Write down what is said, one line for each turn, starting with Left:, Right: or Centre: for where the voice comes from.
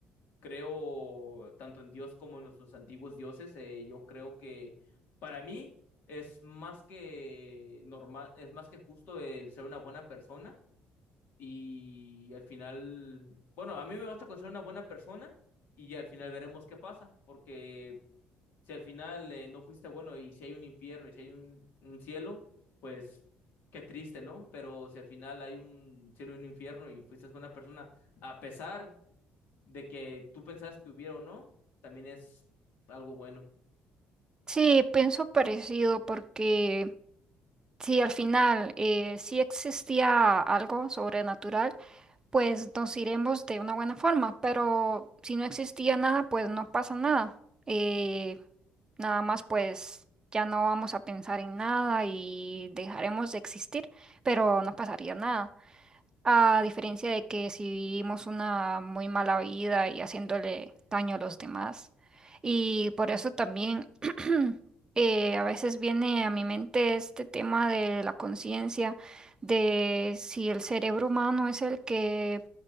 Left: creo tanto en Dios como en nuestros antiguos dioses, eh, yo creo que para mí es más que normal, es más que justo el ser una buena persona. Y al final, bueno, a mí me basta con ser una buena persona y al final veremos qué pasa, porque si al final eh, no fuiste bueno y si hay un infierno y si hay un, un cielo, pues qué triste, ¿no? Pero si al final hay un cielo y un infierno y fuiste buena persona, a pesar de que tú pensabas que hubiera o no, también es algo bueno.
Right: Sí, pienso parecido porque Si al final eh, sí existía algo sobrenatural, pues nos iremos de una buena forma, pero si no existía nada, pues no pasa nada. Eh, nada más pues ya no vamos a pensar en nada y dejaremos de existir, pero no pasaría nada. A diferencia de que si vivimos una muy mala vida y haciéndole daño a los demás. Y por eso también <clears throat> eh, a veces viene a mi mente este tema de la conciencia, de si el cerebro humano es el que